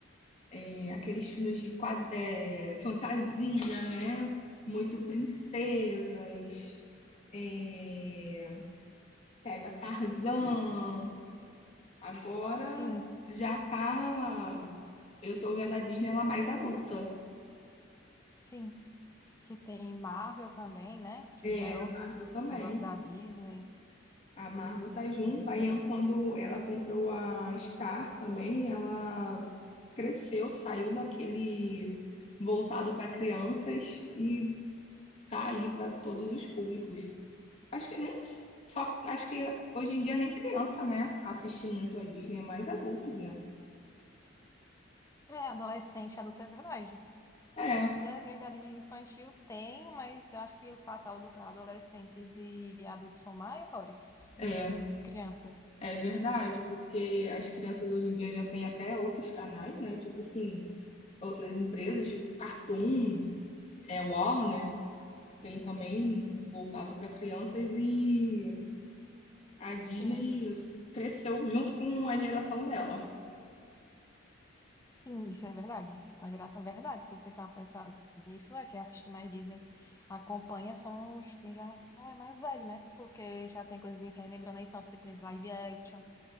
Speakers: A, on the left; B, on the left.
A: é, aqueles filmes de quad, é, fantasia, né? Muito princesas, é, pega Tarzan. Agora
B: Sim,
A: já tá Eu tô vendo a Disney ela mais adulta.
B: sim, que tem Marvel também, né? Que
A: É,
B: já é outro
A: a Marvel também.
B: negócio da Disney.
A: A Marvel tá junto.
B: Pois
A: Aí an-
B: é.
A: quando ela comprou a Star também, ela cresceu, saiu daquele voltado para crianças e tá aí para todos os públicos. Acho que nem só acho que hoje em dia nem criança, né, assiste muito a Disney, é mais adultos, né?
B: É, adolescente, adulto é verdade.
A: É,
B: Os desenhos da Disney infantil tem, mas eu acho que o catálogo para adolescentes e adultos são maiores do
A: é,
B: que o de de criança.
A: é verdade, porque as crianças hoje em dia já têm até outros canais, né? Tipo assim, outras empresas, tipo Cartoon, é, Warner, tem também voltado para crianças e a Disney
B: Sim.
A: cresceu junto com a geração dela.
B: Sim, isso é verdade. A geração é verdade. Tu pensar, pensar nisso é que assiste mais Disney. Acompanha são os que já é mais velho, né? Porque já tem coisa de relembrando a infância, tipo live action.